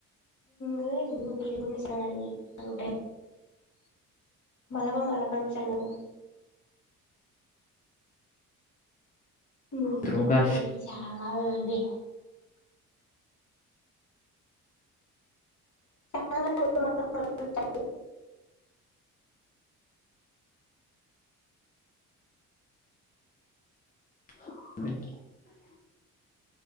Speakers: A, on the left; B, on the left.
A: <unintelligible> मोनदों
B: बेथ्रनो गाज्रि
A: होननानै जा <unintelligible> <unintelligible>
B: <unintelligible>